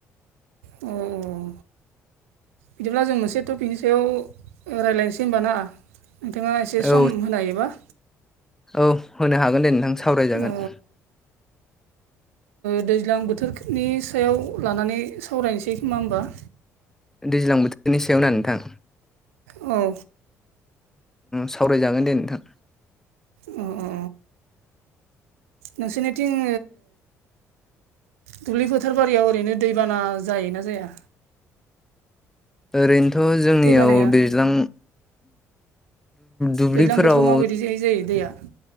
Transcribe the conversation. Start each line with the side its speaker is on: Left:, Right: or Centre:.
Right: उम। बिदिब्ला जों मोनसे टपिकनि सायाव रायज्लायनोसै होनबाना। नोंथाङा एसे
Centre: औ
Right: सम होनो हायोबा?
Centre: औ होनो हागोन दे नोंथां सावरायजागोन
Right: अ दैज्लां बोथोरनि सायाव लानानै सावरायनोसै मा होनोमबा
Centre: दैज्लां बोथोरनि सायाव न नोंथां
Right: औ
Centre: सावरायजागोन दे नोंथां
Right: अ अ नोंसोरनिथिं दुब्लि फोथार बारियाव ओरैनो दैबाना जायोना जाया
Centre: ओरैनोथ' जोंनियाव
Right: दैबानाया
Centre: दैज्लां दुब्लिफोराव
Right: दैज्लां बोथोराव माबायदि जायो जायो दैया